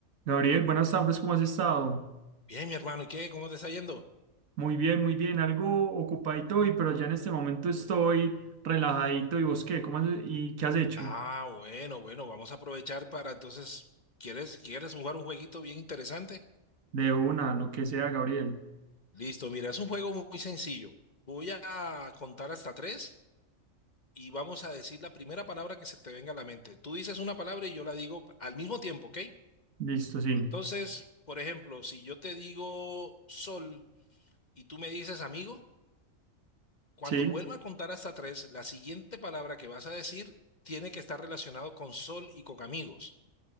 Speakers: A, on the right; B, on the left.
A: Gabriel, buenas tardes, ¿cómo has estado?
B: Bien, mi hermano, ¿y qué? ¿Cómo te está yendo?
A: Muy bien, muy bien, algo ocupadito hoy, pero ya en este momento estoy relajadito. ¿Y vos qué? ¿Cómo has- y qué has hecho?
B: Ah, bueno, bueno, vamos a aprovechar para entonces, ¿quieres, quieres jugar un jueguito bien interesante?
A: De una, lo que sea, Gabriel.
B: Listo, mira, es un juego muy sencillo. Voy a contar hasta tres y vamos a decir la primera palabra que se te venga a la mente. Tú dices una palabra y yo la digo al mismo tiempo, ¿ok?
A: Listo, sí.
B: Entonces, por ejemplo, si yo te digo sol y tú me dices amigo, cuando
A: Sí,
B: vuelva a contar hasta tres, la siguiente palabra que vas a decir tiene que estar relacionado con sol y con amigos.